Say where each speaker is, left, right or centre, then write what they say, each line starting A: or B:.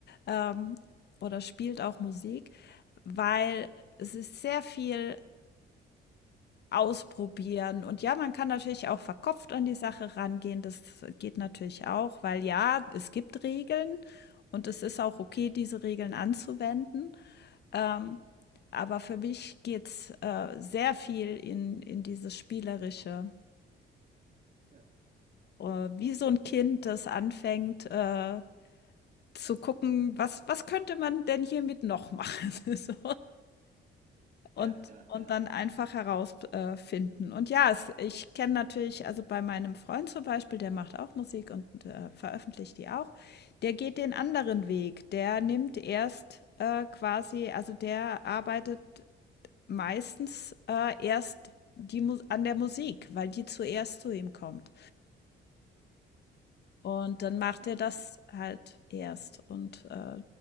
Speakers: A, on the left; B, on the right.
A: ähm, oder spielt auch Musik, weil es ist sehr viel Ausprobieren. Und ja, man kann natürlich auch verkopft an die Sache rangehen. Das geht natürlich auch, weil ja, es gibt Regeln und es ist auch okay, diese Regeln anzuwenden. Ähm, aber für mich geht's äh, sehr viel in, in dieses Spielerische.
B: Ja,
A: Äh, wie so ein Kind, das anfängt äh, zu gucken, was, was könnte man denn hiermit noch machen? <laughs> so. Und
B: ja, ja,
A: und
B: ja,
A: dann einfach herausfinden äh, finden. Und ja, es ich kenne natürlich also, bei meinem Freund zum Beispiel, der macht auch Musik und, äh, veröffentlicht die auch. Der geht den anderen Weg. Der nimmt erst, äh, quasi also, der arbeitet meistens, äh, erst die Mus an der Musik, weil die zuerst zu ihm kommt. Und dann macht
B: ja.
A: er das halt erst und, äh,